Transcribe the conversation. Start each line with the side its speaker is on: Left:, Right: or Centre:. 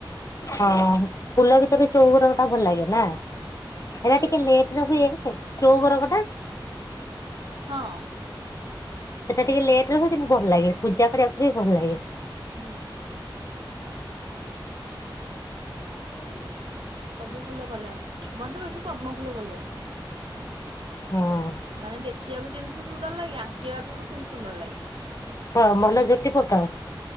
Left: ହଁ ଫୁଲ ଭିତରୁ ଚଉବରଙ୍ଗ ଟା ଭଲ ଲାଗେ ନା ଜେରା
Right: ହୁଁ
Left: ଟିକେ ଲେଟେରେ ହୁଏ। ଚଉବରଙ୍ଗଟା।
Right: ହଁ।
Left: ସେଟା ଟିକେ ଲେଟର ହୁଏ କିନ୍ତୁ ଭଲ ଲାଗେ ପୂଜା କରିବାକୁ ବି ଭଲ ଲାଗେ।
Right: ହୁଁ।
Left: ଖାଇବି।
Right: ସବୁ ଫୁଲ ଭଲଲାଗେ ମୋତେ ବେଶୀ ପଦ୍ମ ଫୁଲ ଲାଗେ।
Left: ହୁଁ ହୁଁ।
Right: ମାନେ ଦେଖିବାକୁ ଯେମିତି ସୁନ୍ଦର ଲାଗେ ଆଙ୍କିବାକୁ ବି ସେମିତି ସୁନ୍ଦର ଲାଗେ।
Left: ହଁ ଭଲ ଝୋଟି ପକାଅ?